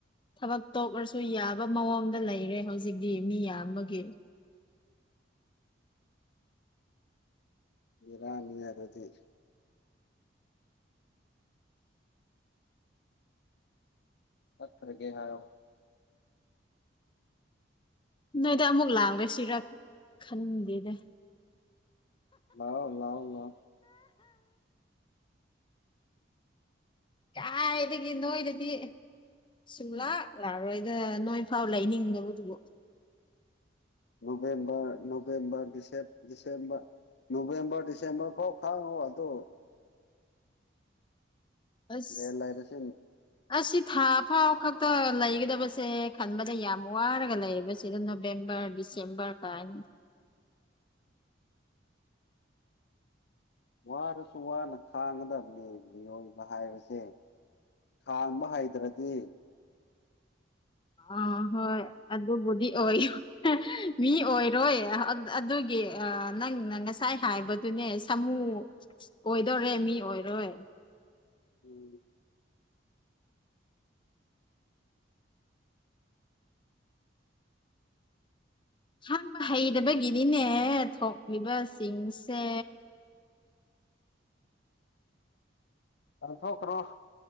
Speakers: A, on the left; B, on the left.
A: ꯊꯕꯛ ꯇꯣꯛꯂꯁꯨ ꯌꯥꯕ ꯃꯑꯣꯡꯗ ꯂꯩꯔꯦ ꯍꯧꯖꯤꯛꯇꯤ ꯃꯤ ꯌꯥꯝꯕꯒꯤ
B: ꯏꯔꯥꯅꯤ ꯌꯥ ꯑꯗꯨꯗꯤ ꯄꯊꯔꯒꯦ ꯍꯥꯏꯑꯣ
A: ꯅꯣꯏꯗ ꯑꯃꯨꯛ ꯂꯥꯡꯒ ꯁꯤꯔ ꯈꯟꯗꯦꯅꯦ
B: ꯂ ꯂꯥꯎ ꯂ
A: ꯀꯥꯏꯗꯒꯤ ꯅꯣꯏꯗꯗꯤ ꯁꯨꯡꯂꯥꯛ
B: ꯂꯥꯛꯑꯣ
A: ꯂꯥꯛꯑꯔꯣꯏ ꯅꯣꯏ ꯐꯥꯎ ꯂꯩꯅꯤꯡꯅꯕꯗꯨꯕꯨ
B: ꯅꯚꯦꯝꯔ ꯅꯚꯦꯝꯔ ꯗꯤꯁꯔ ꯅꯚꯦꯝꯕꯔ ꯗꯤꯁꯦꯝꯕꯔ ꯐꯥꯎ ꯈꯥꯡꯉꯑꯣ ꯑꯗꯣ
A: ꯑꯁ
B: ꯔ ꯂꯩꯥꯏꯗꯁꯦ
A: ꯑꯁꯤ ꯊꯥ ꯐꯥꯎ ꯈꯛꯇ ꯂꯩꯒꯗꯕꯁꯦ ꯈꯟꯕꯗ ꯌꯥꯝ ꯋꯥꯔꯒ ꯂꯩꯌꯦꯕ ꯁꯤꯗꯅ ꯅꯕꯦꯝꯕꯔ ꯗꯤꯁꯦꯝꯕꯔ ꯇꯥꯏꯅ
B: ꯋꯥꯗꯁꯨ ꯋꯥꯅ ꯈꯥꯡꯒꯗꯕꯅꯦ ꯃꯤꯑꯣꯏꯕ ꯍꯥꯏꯕꯁꯦ ꯊꯥꯡꯕ ꯍꯩꯗ꯭ꯔꯗꯤ
A: ꯑꯥ ꯍꯣꯏ ꯑꯗꯨꯕꯨꯗꯤ ꯑꯣꯏ ꯃꯤ ꯑꯣꯏꯔꯣꯏ ꯑꯗꯨꯒꯤ ꯅꯪꯅ ꯉꯁꯥꯏ ꯍꯥꯏꯕꯗꯨꯅꯦ ꯁꯥꯃꯨ ꯑꯣꯏꯗꯧꯣꯔꯦ ꯃꯤ ꯑꯣꯏꯔ ꯍꯣꯏ
B: ꯎꯝ
A: ꯑꯍꯥꯟꯕ ꯍꯩꯗꯕꯒꯤꯅꯤꯅꯦ ꯊꯣꯛꯂꯤꯕꯁꯤꯡꯁꯦ
B: ꯑꯊ ꯀ꯭ꯔꯣ